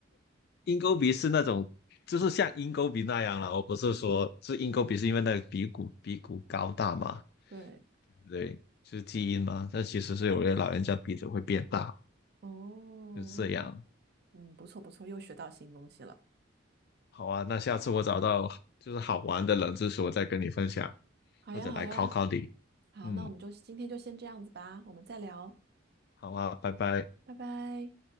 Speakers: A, on the left (about 55°); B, on the right (about 55°).
A: 鹰钩鼻是那种就是像鹰钩鼻那样了，我不是说是鹰钩鼻是因为那个鼻骨鼻骨高大嘛，
B: <laughs> 对，
A: 对不对？就是基因嘛，但其实是有些老人家鼻子会变大，
B: 哦，
A: 就是这样。
B: 嗯，不错不错，又学到新东西了。
A: 好啊，那下次我找到就是好玩的冷知识，我再跟你分享。
B: 好呀，
A: 或者来考考你。
B: 好呀，好，
A: 嗯，
B: 那我们就今天就先这样子吧，我们再聊，
A: 好啊，拜拜。
B: 拜拜。